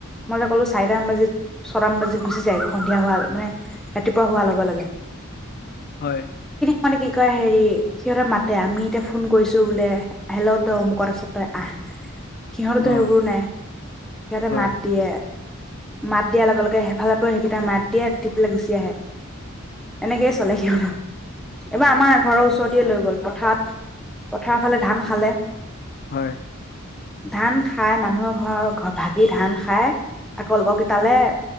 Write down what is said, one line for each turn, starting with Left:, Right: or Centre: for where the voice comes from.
Centre: মই এ ক'লো চাৰিটামান বাজি ছয়টামান বাজি গুচি যায়গৈ সন্ধিয়া হোৱা মানে ৰাতিপুৱা হোৱাৰ লগে লগে
Left: হয়
Centre: মানে কি কয় হেৰি সিহতৰ মাতে আমি এতিয়া ফোন কৰিছো বোলে হেল্ল তই অমোকত আছ আহ সিহঁতেতো
Left: অ
Centre: সেইবোৰ নাই সিহঁতে
Left: হয়
Centre: মাত দিয়ে মাত দিয়াৰ লগে লগে এেইফালে পৰা সেইকেইটা মাত দিয়ে দি পেলাই গুচি আহে এনেকেইে চলে সিয়হতো এইবাৰ আমাৰ ঘৰৰ ওচৰতে লৈ গ'ল পথাৰত পথাৰৰ ফালে ধান খালে
Left: হয়
Centre: ধান খাই মানুহৰ ঘৰৰ ঘ ভাগি ধান খাই আকৌ লগৰ কেইটালে